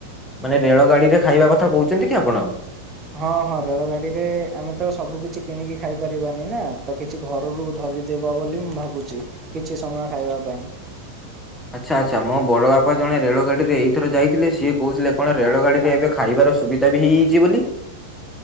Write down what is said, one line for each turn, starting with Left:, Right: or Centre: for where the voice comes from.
Centre: ମାନେ ରେଳ ଗାଡି ରେ ଖାଇବା କଥା କହୁଛନ୍ତି କି ଆପଣ?
Right: ହଁ ହଁ ରେଳ ଗାଡି ରେ ଆମେ ତ ସବୁ କିଛି କିଣିକି ଖାଇପାରିବାନି ନା ତ କି ଛି ଘରରୁ ଧରିକି ଯିବା ବୋଲି ମୁଁ ଭାବୁଛି, କିଛି ସମୟ ଖାଇବା ପାଇଁ।
Centre: ଆଚ୍ଛା ଆଚ୍ଛା, ମୋ ବଡ଼ ବାପା ଜଣେ ରେଳଗାଡିରେ ଏଇଥର ଯାଇଥିଲେ। ସିଏ କହୁଥିଲେ କଣ ରେଳ ଗାଡିରେ ଏବେ ଖାଇବାର ସ ସୁବିଧା ବି ହେଇଯାଇଛି ବୋଲି।